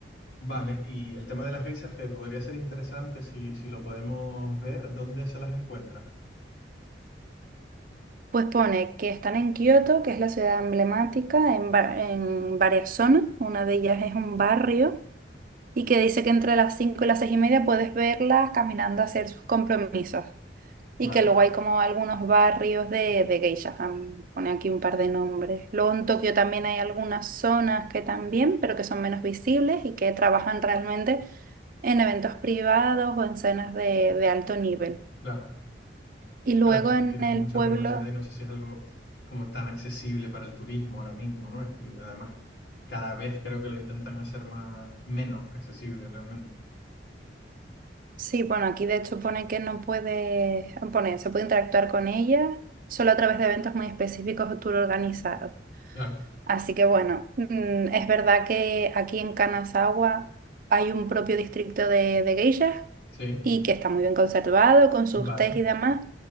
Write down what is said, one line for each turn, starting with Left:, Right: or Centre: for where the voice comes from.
Left: Vale, y el tema de las geishas que podría ser interesante si, si lo podemos ver, ¿dónde se las encuentra?
Right: Pues pone que están en Kioto, que es la ciudad emblemática, en, va- en varias zonas. Una de ellas es un barrio y que dice que entre las 5 y las 6 y media puedes verlas caminando a hacer sus compromisos. Y
Left: Vale,
Right: que luego hay como algunos barrios de, de geishas. A pone aquí un par de nombres. Luego en Tokio también hay algunas zonas que también, pero que son menos visibles y que trabajan realmente en eventos privados o en cenas de, de alto nivel.
Left: claro.
Right: Y luego
Left: Claro, al final
Right: en
Left: tienen
Right: el
Left: mucha
Right: pueblo,
Left: privacidad y no sé si es algo como tan accesible para el turismo ahora mismo, ¿no? Es- Además, cada vez creo que lo intentan hacer más, menos accesible realmente.
Right: sí, bueno, aquí de hecho pone que no puede, pone, se puede interactuar con ella solo a través de eventos muy específicos o tour organizados.
Left: Claro,
Right: Así que bueno, mm, es verdad que aquí en Kanazawa hay un propio distrito de, de geishas
Left: sí,
Right: y que está muy bien conservado con sus
Left: vale,
Right: tés y demás.